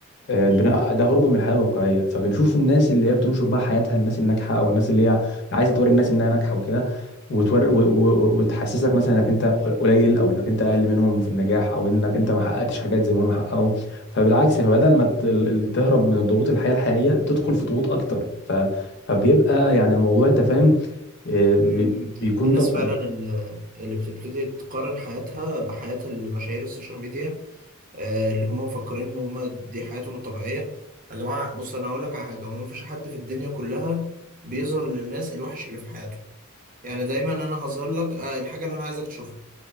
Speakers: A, on the left (about 50°); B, on the right (about 40°).
A: يعني
B: مم.
A: البناء ده هروب من الحياه الواقعيه فبنشوف الناس اللي هي بتنشر بقى حياتها للناس الناجحه او الناس اللي هي عايزه توري الناس انها ناجحه وكده وتور و... و... وتحسسك مثلا انك انت قليل او انك انت اقل منهم في النجاح
B: مم.
A: او انك انت ما حققتش حاجات زي ما هم حققوا فبالعكس فبدل ما ت... ال- ال- تهرب من الضغوط الحياه الحقيقيه تدخل في ضغوط اكتر ف... فبيبقى يعني الموضوع انت فاهم آه، بي...
B: مم.
A: بيكون
B: الناس
A: ضغط
B: فعلا
A: عليك
B: ال- اللي بتبتدي تقارن حياتها بحياة المشاهير السوشيال ميديا آه، اللي هم مفكرين ان هم دي حياتهم الطبيعية يا جماعة بص انا هقول لك على حاجة هو مفيش حد في الدنيا كلها بيظهر للناس الوحش اللي في حياته يعني دايما انا هظهر لك آه، الحاجة اللي انا عايزك تشوفها